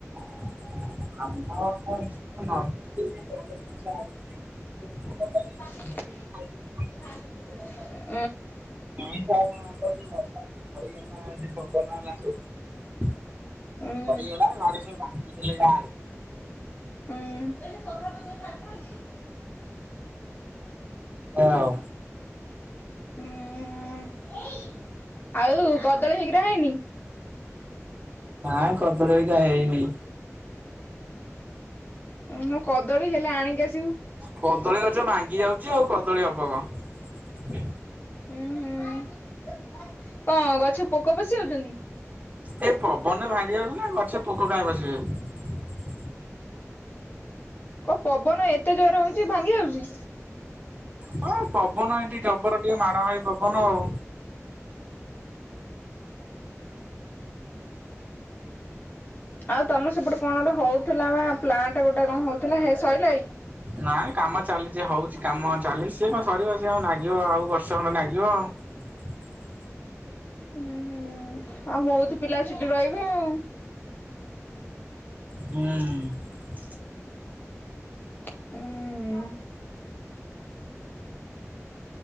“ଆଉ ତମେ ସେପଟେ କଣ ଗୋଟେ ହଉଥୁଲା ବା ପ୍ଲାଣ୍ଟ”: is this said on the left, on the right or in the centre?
Left